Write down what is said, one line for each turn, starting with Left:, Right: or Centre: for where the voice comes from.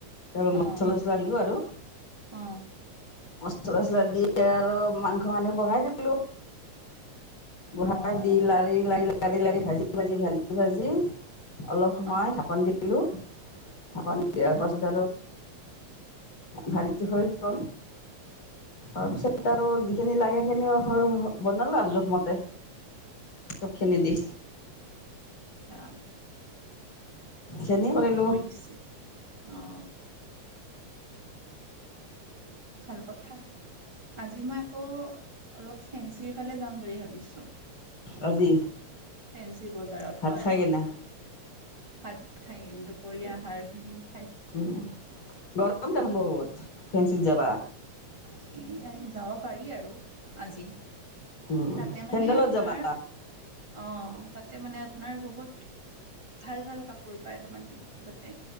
Left: ধৰ
Right: অ
Left: মচলা-চচলা দিলো আৰু।
Right: অ
Left: মচলা-চচলা দি আৰু মাংস সানি বহাই দিলো। বহাই
Right: অ অ
Left: দি লাৰি লাৰি লা লাৰি-লাৰি, ভাজি-ভাজি-ভাজি-ভাজি অলপ সময়
Right: অ
Left: ঢাকন দি হেল্ল'। থাক নি দিয়াৰ পাছত। ভাজীটো হৈ গ'ল। তাৰ পিছত আৰু যিখিনি লাগে সেইখিনি বনালো আৰু জোখমতে চব খিনি দি।
Right: আহ
Left: সেইখিনি
Right: ঠিকে
Left: কৰিলো
Right: কৰিছে অ। ভাল কথা আজি মই আকৌ অলপ ফেঞ্চিৰ ফালে যাম বুলি ভাবিছো।
Left: আজি।
Right: ফেঞ্চি বজাৰত
Left: ভাত
Right: হয়।
Left: খাই কিনে
Right: হাত খাই কিন্ত দুপৰীয়া সাৰ খাই কিনি।
Left: উম গৰম দেখোন বহুত ফেনঞ্চিত যাবা।
Right: এ যাব পাৰি আৰু আজি।
Left: উম
Right: তাতে মানে
Left: চেন্দেলত
Right: আপোনাৰ
Left: যাবা
Right: অ তাত। মানে আপোনাৰ বহুত ভাল ভাল কাপোৰ পায় অলপমান তাতে।